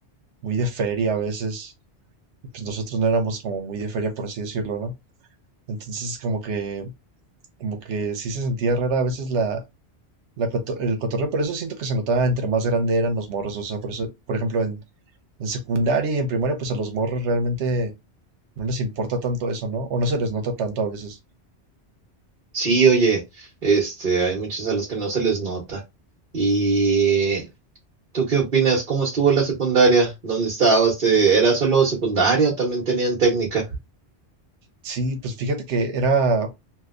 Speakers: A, on the right; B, on the right.
A: muy de feria a veces. y Pues nosotros no éramos como muy de feria, por así decirlo, ¿no? Entonces, como que, como que sí se sentía rara a veces la, la coto- el cotorreo, por eso siento que se notaba entre más grande eran los morros. O sea, por eso, por ejemplo, en, en secundaria y en primaria, pues a los morros realmente no les importa tanto eso, ¿no? O no se les nota tanto a veces.
B: sí, oye, este, hay muchos a los que no se les nota. ¿Y tú qué opinas? ¿Cómo estuvo la secundaria? ¿Dónde estabas? ¿Te- ¿Era solo secundaria o también tenían técnica?
A: Sí, pues fíjate que era,